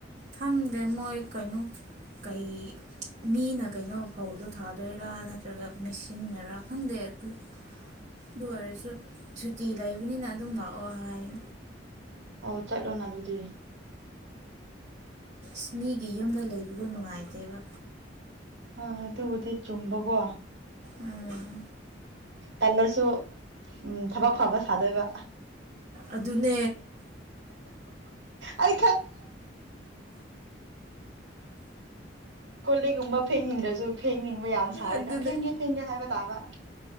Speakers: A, on the right; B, on the right.
A: ꯈꯪꯗꯦ ꯃꯣꯏ ꯀꯩꯅꯣ ꯀꯩ ꯃꯤꯅ ꯀꯩꯅꯣ ꯐꯧꯗ ꯊꯥꯗꯣꯏꯔꯥ ꯅꯠꯇ꯭ꯔꯒ ꯃꯦꯁꯤꯟꯅꯔꯥ ꯈꯪꯗꯦ ꯑꯗꯨ ꯑꯗꯨ ꯑꯣꯏꯔꯁꯨ ꯁꯨꯇꯤ ꯂꯩꯕꯅꯤꯅ ꯑꯗꯨꯝ ꯂꯥꯛꯑꯣ ꯍꯥꯏꯌꯦ
B: ꯑꯣ ꯆꯠꯂꯣꯅ ꯑꯗꯨꯗꯤ
A: ꯑ ꯃꯤꯒꯤ ꯌꯨꯝꯗ ꯂꯩꯕꯗꯣ ꯅꯨꯡꯉꯥꯏꯇꯦꯕ
B: ꯑ ꯑꯗꯨꯕꯨꯗꯤ ꯆꯨꯝꯕꯀꯣ
A: ꯎꯝ
B: ꯇꯜꯂꯁꯨ ꯎꯝ ꯊꯕꯛ ꯐꯕ ꯁꯥꯗꯣꯏꯕ
A: ꯑꯗꯨꯅꯦ
B: ꯑꯩ ꯀꯣꯂꯦꯛꯒꯨꯝꯕ ꯐꯦꯡꯅꯤꯡꯗ꯭ꯔꯁꯨ ꯐꯦꯡꯅꯤꯡꯕ ꯌꯥꯝ ꯁꯥꯔꯒ
A: ꯑꯗꯨꯅꯦ
B: ꯐꯦꯡꯒꯦ ꯐꯦꯡꯒꯦ ꯍꯥꯏꯕ ꯇꯥꯕ